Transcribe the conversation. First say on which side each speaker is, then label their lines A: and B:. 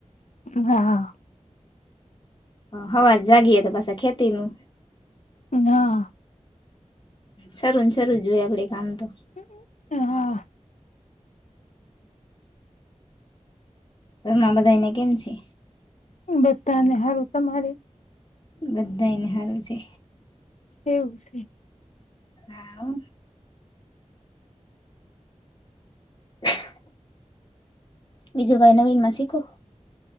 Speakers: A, on the left; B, on the left.
A: <inaudible> હા.
B: હવાર જાગીએ તો પાસા ખેતી નુ.
A: હા.
B: સરું ને સરું જ હોય આપડે કામ તો.
A: <unintelligible> હ હા...
B: ઘર માં બધા ને કેમ છે
A: બધા ને હારું. તમારે
B: બધાને સારું છે.
A: એવું છે..
B: હા હો.. હ <unintelligible> બીજું ભાઈ નવીન માં શીખો.